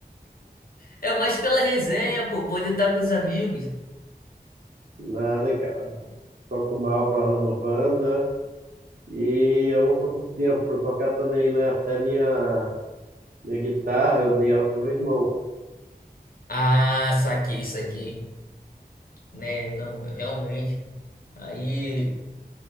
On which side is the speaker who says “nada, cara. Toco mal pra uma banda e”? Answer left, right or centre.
Right